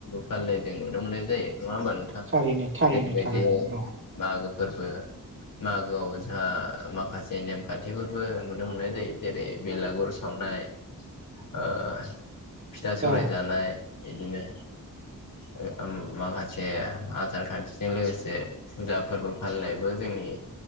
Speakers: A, on the left; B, on the right.
A: फालिनाय जों नुनो मोननाय जायो नङाोमोन
B: थारैनो थारैनो
A: जेरैबायदि
B: थारैनो औ
A: मागो फोरबो मागोआव जोंहा माखासे नेम खानथिफोरबो नुनो मोननाय जायो जेरै बेलागुर सावनाय ओ फिथा सौराय
B: औ
A: जानाय बिदिनो ओ ओम माखासे आसार खानथिजों लोगोसे फुजा फोरबो फालिनायबो जोंनि